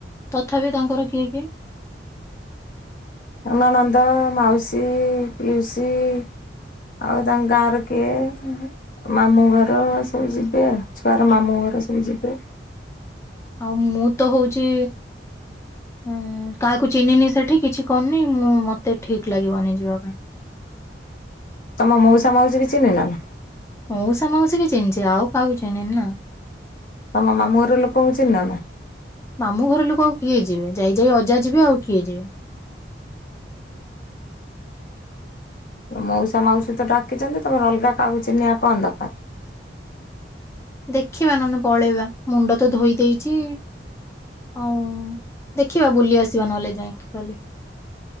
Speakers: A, on the left; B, on the left.
A: <inaudible>
B: <inaudible> ଆଉ ତାଙ୍କ ଗାଁ ର କିଏ ମାମୁଁ ଘର ସବୁ ଯିବେ ଛୁଆର ମାମୁଁ ଘର ସବୁ ଯିବେ।
A: ଆଉ ମୁଁ ତ ହଉଛି ହଁ କାହାକୁ ଚିହ୍ନିନି ସେଠି କିଛି କରିନି ମୁଁ ମତେ ଠିକ ଲାଗିବନି ଯିବା ପାଇଁ।
B: ତୁମ ମଉସା ମାଉସୀ କି ଚି଼ହ୍ନିନ?
A: ମଉସା ମାଉସୀ କି ଚିହ୍ନିଛି ଆଉ କାହାକୁ ଚିହ୍ନିନି ଆଉ।
B: ତମ ମାମୁଁର ଲୋକଙ୍କୁ ଚିହ୍ନ ନା?
A: ମାମୁଁ ଘର ଲୋକ ଆଉ କିଏ ଯିବେ? ଯାଇ ଯାଇ ଅଜା ଯିବେ ଆଉ କିଏ ଯିବେ?
B: ମଉସା ମାଉସୀ ତ ଡାକିଛନ୍ତି ତମର ଅଲଗା କାହାକୁ ଚିନିବା କଣ ଦରକାର?
A: ଦେଖିବା ନହେଲେ ପଳେଇବା ମୁଣ୍ଡ ତ ଧୋଇ ଦେଇଛି। ହଉ ଦେଖିବା ବୁଲି ଆସିବା ନହେଲେ ଯାଇକି କଲି।